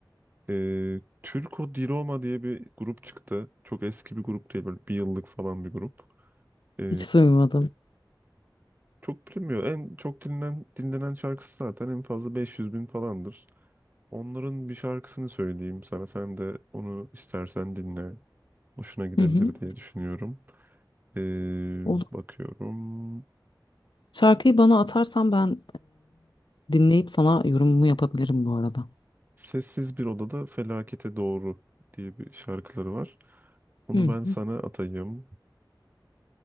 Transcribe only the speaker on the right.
E, Türko Di Roma diye bir grup çıktı. Çok eski bir grup değil böyle bir yıllık falan bir grup. E,
Çok bilinmiyor. En çok dinlen dinlenen şarkısı zaten en fazla 500 bin falandır. Onların bir şarkısını söyleyeyim sana. Sen de onu istersen dinle. Hoşuna gidebilir
diye düşünüyorum. Ee,
bakıyorum.
Sessiz bir odada felakete doğru diye bir şarkıları var. Onu
ben sana
atayım.